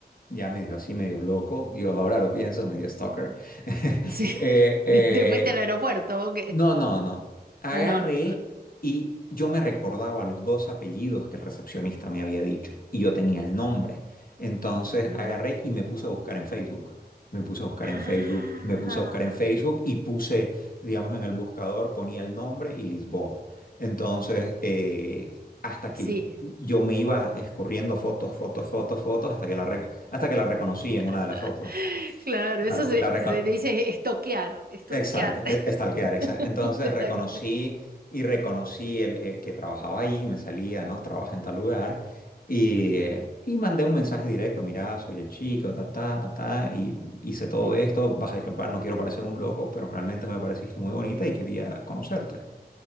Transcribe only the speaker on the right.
sí.
<laughs> ¿Te fuiste al aeropuerto? Ok.
Ah, no, no.
Mm.
Ah,
sí.
<laughs>
Claro,
eso se,
se le dice estoquear, estoquear.
<laughs>
Estoquear,
Sí.